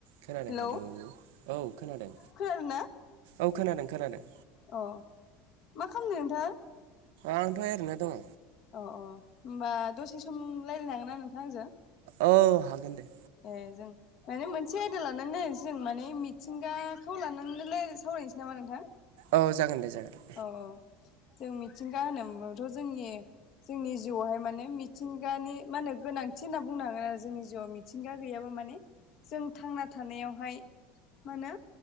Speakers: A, on the right; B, on the left.
A: खोनादों
B: hello
A: hello औ खोनादों
B: खोनादों ना
A: औ खोनादों खोनादों
B: अ मा खालामदों नोंथां?
A: आंथ' ओरैनो दङ।
B: अ अ होनोमबा दसे सम रायज्लायनांगोन ना नोंथांआ आंजों?
A: औ हागोन दे।
B: ए जों। माने मोनसे आयदा लानानै नायै जों माने मिथिंगाखौ लानानैलाय सावरायनोसै नामा नोंथां?
A: औ जागोन दे जागोन।
B: औ औ जों मिथिंगा होनोमथ' जोंनि जोंनि जिउआवहाय माने मिथिंगानि मानेमा होनो गोनांथि होनना बुंनांगोन आरो जोंनि जिउआव मिथिंगा गैयाबा माने जों थांना थानायावहाय मा होनो